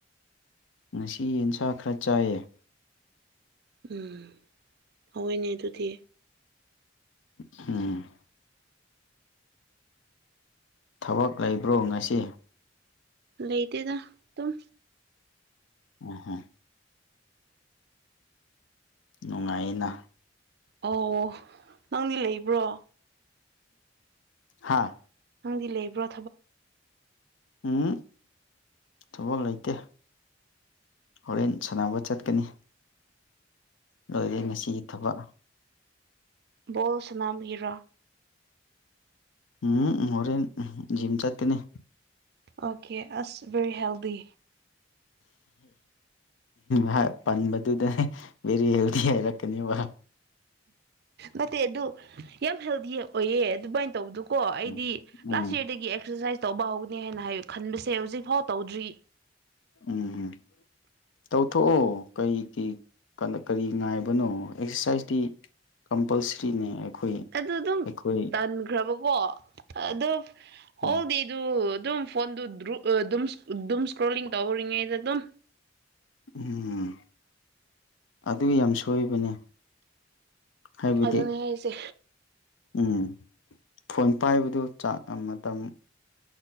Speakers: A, on the left; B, on the right.
A: ꯉꯁꯤ ꯌꯦꯟꯁꯥ ꯈꯔ ꯆꯥꯏꯌꯦ
B: ꯎꯝ ꯍꯑꯣꯣꯏꯅꯦ ꯑꯗꯨꯗꯤ
A: ꯎꯝ ꯊꯕꯛ ꯂꯩꯕ꯭ꯔꯣ ꯉꯁꯤ
B: ꯂꯩꯇꯗ ꯇꯝ
A: ꯑꯣ ꯍ ꯅꯨꯡꯉꯥꯏꯅ
B: ꯑꯣ ꯅꯪꯗꯤ ꯂꯩꯕ꯭ꯔꯣ
A: ꯍꯥꯥ
B: ꯗꯤ ꯂꯩꯕ꯭ꯔ
A: ꯎꯝ ꯊꯕꯛ ꯂꯩꯇꯦ ꯍꯣꯔꯦꯟ ꯁꯥꯟꯅꯕ ꯆꯠꯀꯅꯤ ꯂꯣꯏꯔꯦ ꯉꯁꯤꯒꯤ ꯊꯕꯛ
B: ꯣꯜ ꯁꯅꯥ ꯍꯔꯣ
A: ꯎꯝ ꯃꯣꯔꯦꯟ ꯖꯤꯝ ꯆꯥꯠꯇꯦꯅꯦ
B: ꯑꯣꯀꯦ ꯑꯁ ꯕꯦꯔꯤ ꯍꯦꯜꯦꯜꯗꯤ
A: ꯍ ꯄꯟꯕꯗꯨꯗꯅꯦ ꯚꯦꯔꯤ ꯍꯦꯜꯗꯤ ꯍꯥꯏꯔꯛꯀꯅꯦꯕ
B: ꯐꯠꯇꯦ ꯑꯗꯨ ꯌꯥꯝ ꯍꯦꯜꯗꯤ ꯑꯣꯏꯌꯦ ꯑꯗꯨꯃꯥꯏꯅ ꯇꯧꯕꯗꯨ ꯀꯣ ꯑꯩꯗꯤ
A: ꯎꯝ ꯎꯝ
B: ꯂꯥꯁ ꯌꯔꯗꯒꯤ ꯑꯦꯛꯁꯔꯁꯥꯏꯁ ꯇꯧꯕ ꯍꯧꯒꯅꯤ ꯍꯥꯏꯅ ꯍꯥꯏꯌ ꯈꯟꯕꯁꯦ ꯍꯧꯖꯤꯛꯐꯥꯎ ꯇꯧꯗ꯭ꯔꯤ
A: ꯎꯝ ꯎꯝ ꯇꯧꯊꯣꯛꯑꯣ ꯀꯔꯤꯒꯤ ꯀꯔꯤ ꯉꯥꯏꯕꯅꯣ ꯑꯦꯛꯁꯔꯁꯥꯏꯁꯇꯤ ꯀꯝꯄꯜꯁꯔꯤꯅꯦ ꯑꯩꯈꯣꯏ
B: ꯑꯗꯨ ꯑꯗꯨꯝ
A: ꯑꯩꯈꯣꯏ
B: ꯇꯥꯟꯈ꯭ꯔꯕꯀꯣ ꯑꯗꯨꯣ ꯍꯣꯜꯗꯤꯗꯨ
A: ꯎꯝ
B: ꯑꯗꯨꯝ ꯐꯣꯟꯗꯨ ꯑꯗꯨꯝ ꯏꯁꯀ꯭ꯔꯣꯂꯤꯡ ꯇꯧꯍꯧꯔꯤꯉꯩꯗ ꯑꯗꯨꯝ
A: ꯎꯝ ꯑꯗꯨ ꯌꯥꯝ ꯁꯣꯏꯕꯅꯦ ꯍꯥꯏꯕꯗꯤ
B: ꯑꯗꯨꯅꯦ ꯑꯩꯁꯦ
A: ꯎꯝ ꯐꯣꯟ ꯄꯥꯏꯕꯗꯨꯥꯛ ꯃꯇꯝ